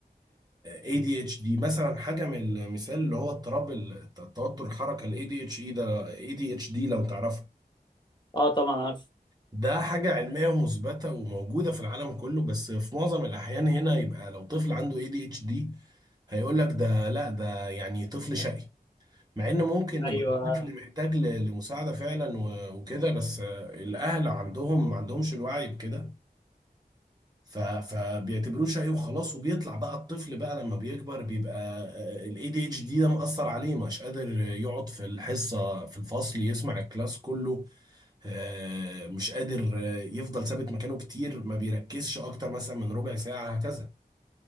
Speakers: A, on the right; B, on the left.
A: ADHD مثلا حاجة من المثال اللي هو اضطراب ال- التوتر الحركة ال ADHD ده ADHD لو تعرفه
B: أه طبعا عارف
A: ده حاجة علمية مثبتة وموجودة في العالم كله بس في معظم الأحيان هنا يبقى لو طفل عنده ADHD هيقول لك ده لا ده يعني طفل شقي مع ان ممكن يبقى
B: أيوه
A: الطفل محتاج ل- لمساعدة فعلا و- وكده بس آه، الأهل عندهم ما عندهمش الوعي بكده ف... فبيعتبروه شقي وخلاص وبيطلع بقى الطفل بقى لما بيكبر بيبقى الاي دي اتش دي ده مأثر عليه مش قادر يقعد في الحصة في الفصل يسمع الكلاس كله آه، مش قادر آه، يفضل ثابت مكانه كتير ما بيركزش اكتر مثلا من ربع ساعة هكذا